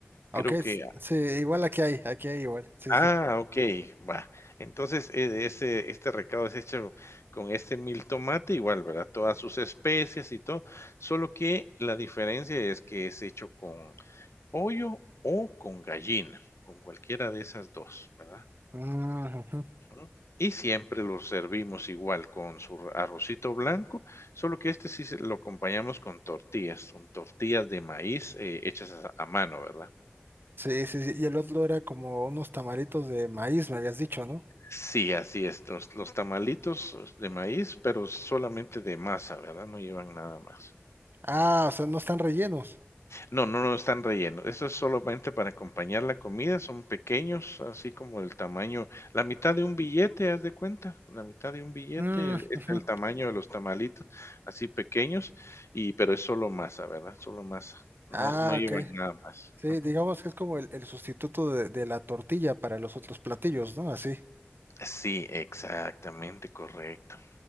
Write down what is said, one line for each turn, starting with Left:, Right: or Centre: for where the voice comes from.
Right: Ok,
Left: Creo
Right: s-
Left: que eh,
Right: sí, igual aquí hay, aquí hay igual. Sí,
Left: ah,
Right: sí.
Left: okey, va. Entonces, e ese este recado es hecho con este mil tomate igual, ¿verdad? Todas sus especies y todo, solo que la diferencia es que es hecho con pollo o con gallina, con cualquiera de esas 2, ¿verdad?
Right: Mm, ujú.
Left: Ujú. Y siempre lo servimos igual con su r- arrocito blanco, solo que este sí se- lo acompañamos con tortillas, son tortillas de maíz eh, hechas a, a mano, ¿verdad?
Right: Sí, sí, sí. Y el otro era como unos tamaritos de maíz, me habías dicho, ¿no?
Left: Sí, así es, los, los tamalitos eh, de maíz, pero solamente de masa, ¿verdad? No llevan nada más.
Right: Ah, o sea, no están rellenos.
Left: No, no, no están rellenos. Eso es solamente para acompañar la comida. Son pequeños, así como el tamaño, la mitad de un billete, haz de cuenta. La mitad de un billete
Right: Mm,
Left: es
Right: ujú.
Left: el tamaño de los tamalitos, así pequeños, y pero es solo masa, ¿verdad? Solo masa. No,
Right: Ah,
Left: no llevan
Right: ok.
Left: nada más.
Right: Sí,
Left: Ujú.
Right: digamos que es como el, el sustituto de, de la tortilla para los otros platillos, ¿no? Así.
Left: Sí, exactamente, correcto.